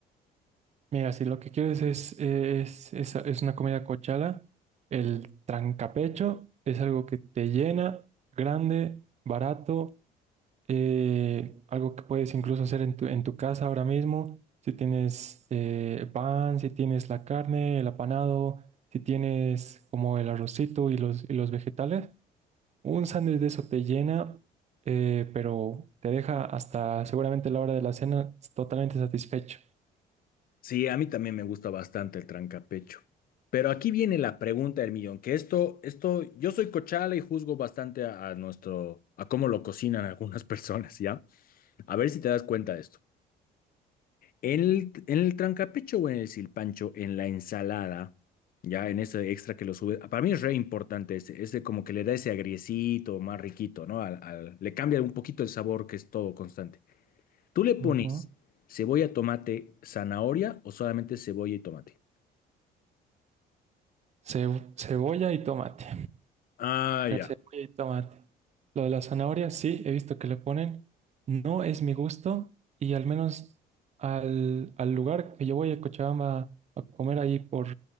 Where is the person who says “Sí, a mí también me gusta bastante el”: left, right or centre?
Left